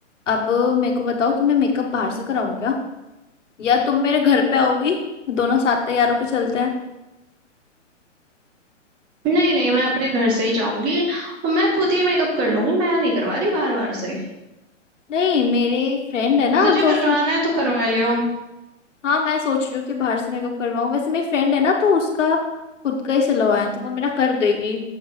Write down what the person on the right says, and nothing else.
नहीं नहीं मैं अपने घर से ही जाऊंगी और मैं खुद ही मेकअप कर लूंगी मैं नहीं करवा रही बाहर बाहर से
तुझे
करवाना
है तो करवा लियो